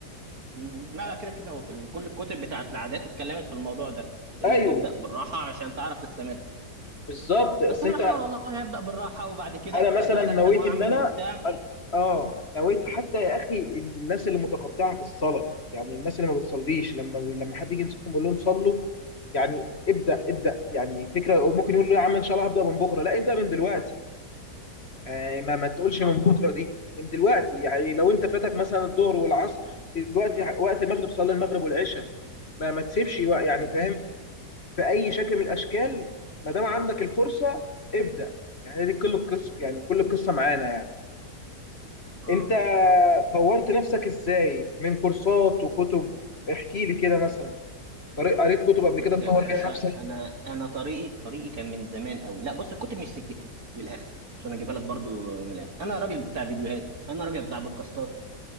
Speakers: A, on the right; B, on the left.
A: م- لا لا كده كده هو في ال- كل الكتب بتاعت العادات اتكلمت في الموضوع ده تقول
B: ايوه
A: لك ابدأ بالراحة عشان تعرف تستمر
B: بالظبط اصل
A: بس انا
B: انت
A: بحاول والله ابدأ بالراحة وبعد كده
B: انا
A: اجي
B: مثلا
A: مسخن
B: نويت
A: واعمل
B: ان انا
A: وبتاع
B: اه نويت حتى يا اخي الناس اللي متقطعه في الصلاه يعني الناس اللي ما بتصليش لما لما حد يجي ينصحهم يقول لهم صلوا يعني ابدا ابدا يعني فكره ممكن يقول له يا عم ان شاء الله هبدا من بكره لا ابدا من دلوقتي آه، ما ما تقولش
A: اه
B: من بكره دي من دلوقتي يعني لو انت فاتك مثلا الظهر والعصر دلوقتي وقت المغرب صلي المغرب والعشاء ما ما تسيبش وق- يعني
A: اه
B: فاهم في اي شكل من الاشكال ما دام عندك الفرصه ابدا يعني دي كل القصه يعني كل القصه معانا يعني
A: اه
B: انت
A: آه.
B: طورت نفسك ازاي من كورسات وكتب احكي لي كده مثلا قري- قريت كتب قبل
A: بص
B: كده تطور
A: يا باشا
B: بيها نفسك
A: انا انا طريقي طريقي كان من زمان قوي لا بص الكتب مش سكتي من الاخر عشان اجيبها لك برضو من الاخر انا راجل بتاع فيديوهات انا راجل بتاع بودكاستات